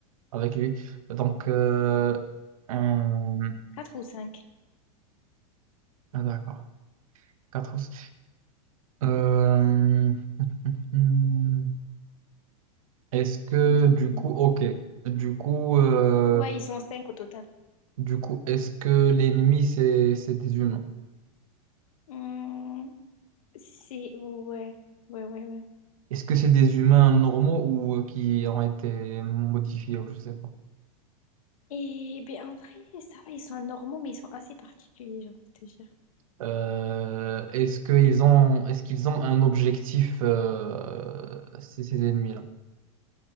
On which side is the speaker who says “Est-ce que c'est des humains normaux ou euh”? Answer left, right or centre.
Right